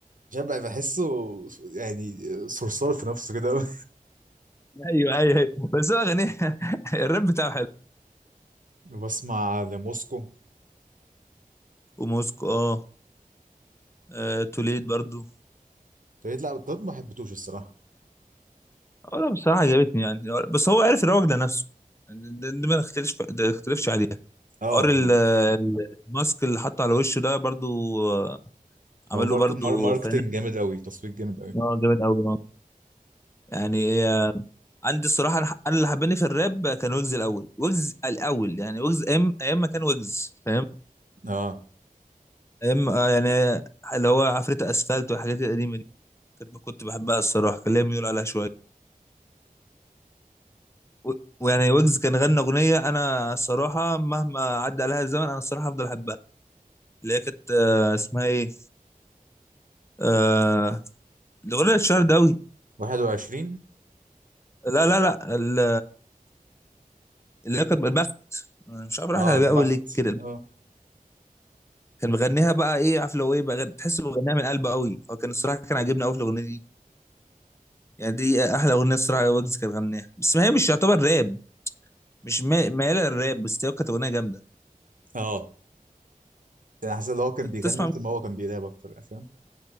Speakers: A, on the right; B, on the left.
A: عشان بقى بحسه يعني صرصار في نفسه كده قوي
B: ايوه ايوه أيوة. بس هو غني <laughs> الراب بتاعه حلو
A: <laughs> وبسمع لموسكو
B: وموسكو اه آه، توليد برضه
A: فريد لا ده ما حبيتوش الصراحة
B: اه لا بصراحه عجبتني يعني بس هو عارف يروج لنفسه يعني ده ده ما نختلفش ده نختلفش عليها
A: اه
B: حوار ال- ال- الماسك اللي حطه على وشه ده برضه آه، عمل
A: هو مارك
B: له برضه
A: مار- ماركتينج
B: فنان
A: جامد قوي تصوير جامد قوي
B: اه جامد قوي يعني عندي الصراحه الح- انا اللي حباني في الراب كان ويجز الاول ويجز الاول يعني ويجز ايام ايام ما كان ويجز فاهم
A: اه
B: ايام آه، يعني اللي هو عفريت اسفلت والحاجات القديمه دي كنت كنت بحبها الصراحه كان ليا ميول عليها شويه و- ويعني ويجز كان غنى اغنيه انا الصراحه مهما عدى عليها الزمن انا الصراحه هفضل احبها اللي هي كانت آه، اسمها ايه آه، الاغنيه الشهر ده قوي
A: 21
B: لا لا لا ال- اللي هي كانت البخت أنا مش عارف راحت
A: اه
B: على بالي قوي
A: بخت
B: ليه كده
A: اه
B: كان مغنيها بقى ايه عارف لو ايه بقى غن- تحسه مغنيها من قلبه قوي فكان الصراحه كان عاجبني قوي في الاغنيه دي يعني دي احلى اغنيه الصراحه ويجز كان غناها بس ما هي مش يعتبر راب مش ما- مايله للراب بس هي كانت اغنيه جامده
A: اه انا حاسس ان هو كان
B: انت
A: بيغني
B: تسمع
A: اكتر ما هو كان بيراب اكتر يعني فاهم